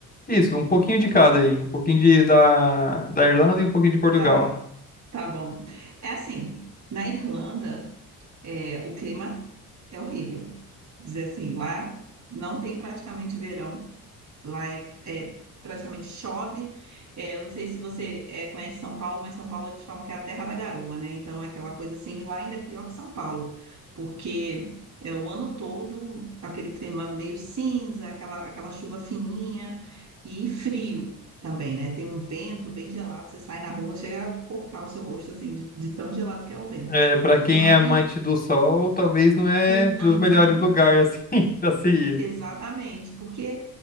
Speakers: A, on the left (about 20°); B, on the right (about 40°).
A: Isso, um pouquinho de cada aí, um pouquinho de, da, da Irlanda e um pouquinho de Portugal.
B: Tá, tá bom. É assim, na Irlanda, é, o clima é horrível. Dizer assim, lá não tem praticamente verão. Lá é, é praticamente chove. É, eu não sei se você é, conhece São Paulo, mas São Paulo eles falam que é a terra da garoa, né? Então é aquela coisa assim, e lá ainda é pior que São Paulo, porque é o ano todo aquele clima meio cinza, aquela, aquela chuva fininha e frio. Também, né? Tem um vento bem gelado, você sai na rua, chega a cortar o seu rosto assim, de, de tão gelado que é o vento.
A: É, para quem
B: Mas,
A: é amante do sol, talvez não é
B: e,
A: dos
B: uhum,
A: melhores lugares assim <laughs> para se ir.
B: exatamente, porque